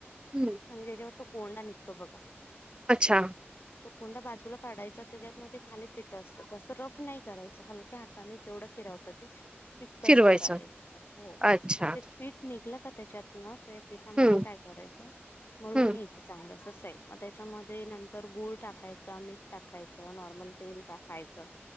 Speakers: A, on the right; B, on the left.
A: हम्म.
B: आणि त्याच्यावर, तो कोंडा निघतो बघा.
A: अच्छा.
B: तो कोंडा बाजूला काढायचा. त्याच्यातन ते खाली फिट असतं. ते असं रफ नाही करायचं. हलक्या हाता ताने जेवढ फिरावत ते तितकंच
A: फिरवायचं.
B: करायचं. हो.
A: अच्छा.
B: मग ते पीठ निघलं का? त्याच्यातन, पिठामध्ये
A: हं,
B: काय करायचं. मळून
A: हं,
B: घ्यायचं. चांगलं अस सैल. मग त्याच्यामध्ये नंतर गूळ टाकायचं. मीठ टाका यचं. नॉर्मल तेल टाकायचं